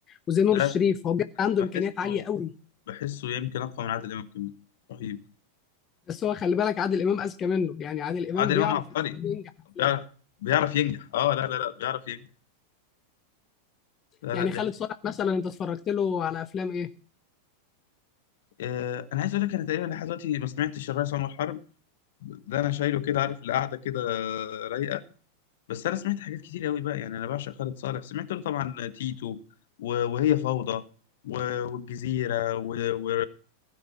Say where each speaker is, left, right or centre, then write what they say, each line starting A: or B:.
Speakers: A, on the left; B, on the left.
A: وزي نور
B: لا لا،
A: الشريف هو بجد عنده
B: انا
A: امكانيات
B: بحسه
A: عاليه قوي
B: بحسه يمكن اقوى من عادل امام كمان رهيب
A: بس هو خلي بالك عادل امام اذكى منه يعني عادل امام
B: عادل
A: بيعرف
B: امام عبقري
A: ازاي ينجح افلامه
B: بيعرف بيعرف ينجح اه لا لا لا بيعرف ينجح لا
A: يعني
B: لا دي
A: خالد
B: حقيقة
A: صالح مثلا انت اتفرجت له على افلام ايه
B: آه انا عايز اقول لك انا تقريبا لحد دلوقتي ما سمعتش الريس عمر حرب ده انا شايله كده عارف القعده كده رايقه بس انا سمعت حاجات كتير قوي بقى يعني انا بعشق خالد صالح سمعت له طبعا تيتو و- وهي فوضى و- والجزيره و... و...